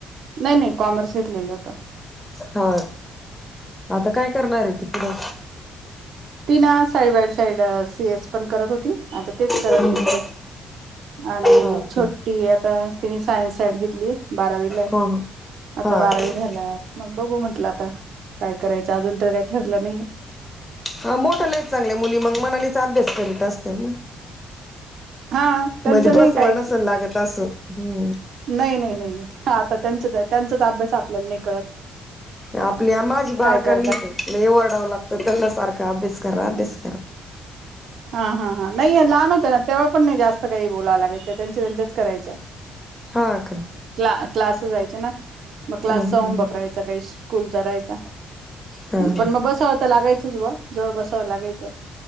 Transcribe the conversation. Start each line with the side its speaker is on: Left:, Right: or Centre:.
Right: नाही नाही कॉमर्स घेतलेलं होत.
Left: हा आता काय करणार आहे ती पुढे?
Right: ती ना side by side C S पण करत होती आता तेच करेल
Left: हम्म
Right: ती
Left: हम्म.
Right: पुढे. आणि
Left: हा
Right: छोटी
Left: का
Right: आता तिने सायन्स साईड घेतली. बारावीला आहे.
Left: हो हो
Right: आता
Left: हा
Right: बारावी
Left: का
Right: झाल्या. बघू म्हटलं आता काय करायचं अजून तर काय ठरलं नाही.
Left: हा मोठ्या चांगल्या मुली मग मनानेच अभ्यास करीत असते ना.
Right: हा त्यांचं
Left: म्हणजे
Right: नाही
Left: बसवाव
Right: काही
Left: नसलं लागत असं हम्म
Right: नाही नाही नाही नाही आता त्यांच त्याच त्यांचाच अभ्यास आपल्याला नाही कळत.
Left: आपल्या माझी बारका
Right: काय करता
Left: लिहतंय लई ओरडाव लागतं त्याला सारखं. का अभ्यास कर अभ्यास कर.
Right: हा हा हा नाही या लहान होतं ना तेव्हा पण नाही जास्त काही बोलाव लागायचं त्यांचे त्यांच्याच करायच्या.
Left: हा का.
Right: क्ला क्लासला जायचे ना मग क्लासचा
Left: हम्म हम्म
Right: होमवर्क राहायचा काही स्कूलचा राहायचा.
Left: हा
Right: पण मग बसाव तर लागायचच. बा जवळ बसावं लागायचं.